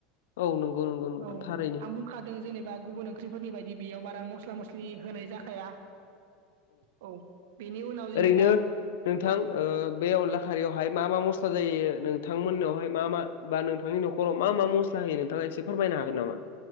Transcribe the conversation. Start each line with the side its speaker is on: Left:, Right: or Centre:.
Left: औ नंगौ नंगौ नोंथां
Right: औ
Left: थारैनो
Right: आं बुंखादों जेनेबा बा गुबुन ओंख्रिफोरनि बायदि बेयाव बारा मस्ला मस्लि होनाय जाखाया औ बेनि उनाव जेनेबा
Left: ओरैनो नोंथां
Right: औ
Left: बे अनला खारियावहाय मा-मा मस स्ला जायो नोंथांमोननावहाय मा-मा बा नोंथांनि नखराव मा-मा मस्ला होयो नोंथाङा एसे फोरमायनो हागोन नामा